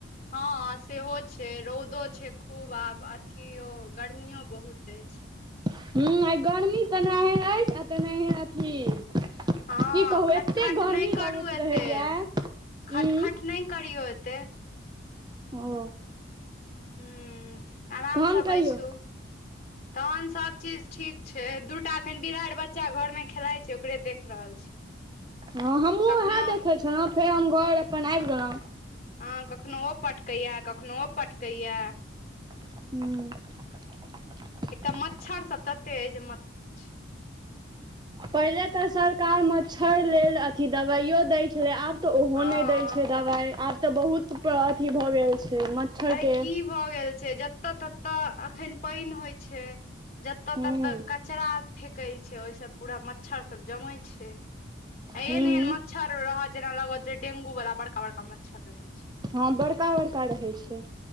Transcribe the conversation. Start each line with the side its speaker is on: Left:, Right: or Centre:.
Left: हँ सेहो छै रौदो छै खूब आब अथियो गर्मियो बहुत अछि
Right: हूँ आ गर्मी तनाहिेये अछि आ तनाहिेये अथी
Left: हँ
Right: की कहू
Left: खटखट
Right: एते गर्मी
Left: नहि करू
Right: लगैत
Left: एतेक
Right: रहैया उं
Left: खटखट नहि करियौ एते
Right: ओ
Left: हूँ आरामसँ
Right: तहन
Left: बैसु
Right: कहियौ
Left: तहन सभचीज ठीक छै दूटा एखन बिरारि बच्चा घरमे खेलाइ छै ओकरे देख रहल छियै
Right: हँ हमहूँ
Left: कखनो
Right: उएह देखै छलहुँ फेर हम घर अपन आबि गेलहुँ
Left: हँ कखनो ओ पटकैए कखनो पटकैए
Right: ह
Left: एकटा मच्छर तऽ तते अय जे मत पुछी
Right: पहिले तऽ सरकार मच्छर लेल अथी दबाइयो दै छलै आब तऽ ओहो
Left: हँ
Right: नहि दय छै दवाई आब तऽ बहुत अथी भऽ गेल छै मच्छरके
Left: अरे की भऽ गेल छै जतय ततऽ एखन पानि होइ छै जते
Right: हूँ
Left: तते कचरा फेेक छै ओहि से पूरा मच्छर सब जमय अच्छा एहन
Right: हूँ
Left: एहन मच्छर रहत जेना लागत जे डेंगू वाला बड़का बड़का मच्छर रहे छै
Right: हँ बड़का बड़का रहै छै